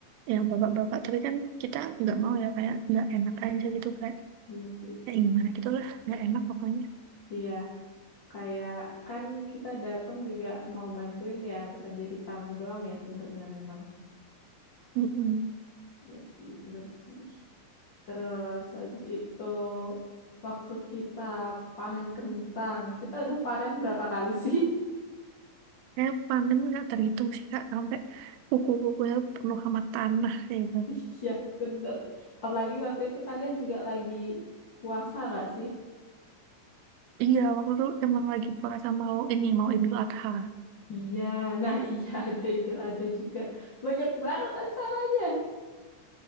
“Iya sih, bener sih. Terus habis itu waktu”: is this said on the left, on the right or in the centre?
Left